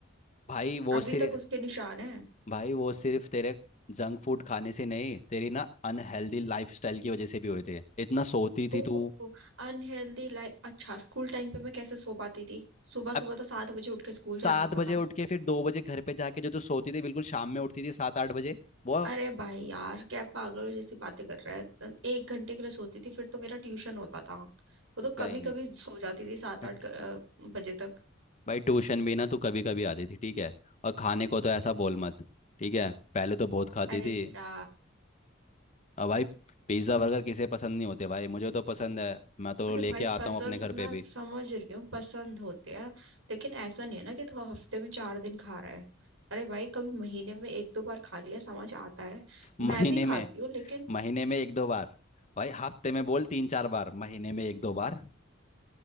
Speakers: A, on the left; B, on the right.
A: भाई वो
B: अभी
A: सिर्फ
B: तक उसके निशान है
A: भाई वो सिर्फ तेरे जंक फूड खाने से नहीं तेरी ना अनहेल्दी लाइफस्टाइल की वजह से भी हुए थे इतना सोती
B: ओहो
A: थी तू
B: Unhealthy life अच्छा स्कूल टाइम पे मैं कैसे सो पाती थी सुबह
A: अब
B: सुबह तो सात बजे उठ के स्कूल
A: सात
B: जाना होता
A: बजे
B: था
A: उठ के फिर दो बजे घर पे जाके जो तू सोती थी बिल्कुल शाम में उठती थी सात आठ बजे वो
B: अरे भाई यार क्या पागलों जैसी बातें कर रहा है तो एक घंटे के लिए सोती थी फिर तो मेरा ट्यूशन होता था वो तो कभी
A: कहीं
B: कभी
A: नहीं
B: सो जाती थी सात आठ
A: हट।
B: ग- अ, बजे तक
A: भाई ट्यूशन भी ना तू कभी कभी आती थी ठीक है और खाने को तो ऐसा बोल मत ठीक है पहले तो बहुत खाती
B: अरे
A: थी
B: जा
A: अब भाई पिज्ज़ा बर्गर किसे पसंद नहीं होते भाई मुझे तो पसंद है मैं तो
B: अरे भाई
A: लेके आता
B: पसंद
A: हूँ अपने घर
B: मैं
A: पे भी
B: समझ रही हूँ पसंद होते हैं लेकिन ऐसा नहीं है ना कि तू हफ्ते में चार दिन खा रहा है अरे भाई कभी महीने में एक दो बार खा लिया समझ आता है
A: महीने
B: मैं भी
A: में
B: खाती हूँ लेकिन
A: महीने में एक दो बार भाई हफ्ते में बोल तीन चार बार महीने में एक दो बार